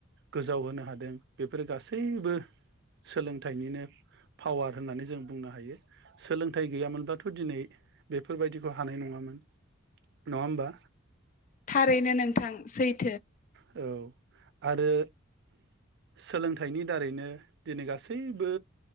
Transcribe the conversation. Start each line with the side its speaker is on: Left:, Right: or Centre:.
Right: गोजाव होनो हादों बेफोरो गासैबो सोलोंथाइनिनो पावार होननानै जों बुंनो हायो सोलोंथाइ गैयामोनब्लाथ दिनै बेफोरबायदिखौ हानाय नङामोन। नङा होमबा?
Left: थारैनो नोंथां सैथ
Right: औ आरो सोलोंथाइनि दारैनो दिनै गासैबो